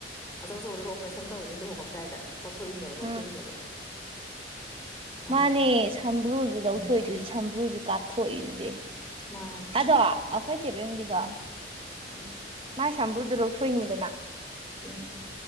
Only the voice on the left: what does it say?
ꯑꯆꯧ ꯑꯆꯧꯕꯅꯤꯕꯨ ꯑꯣꯄ꯭ꯔꯦꯁꯟ ꯇꯧꯔꯤꯅꯤ ꯂꯨꯍꯣꯡꯉꯝꯗꯥꯏꯗ ꯀꯣꯊꯣꯛꯏꯅꯦꯕ ꯂꯧꯊꯣꯛꯏꯅꯦꯕ
ꯑꯥ
ꯎꯝ
ꯃꯥꯅꯦ
ꯎꯝ ꯎꯝ
ꯎꯝ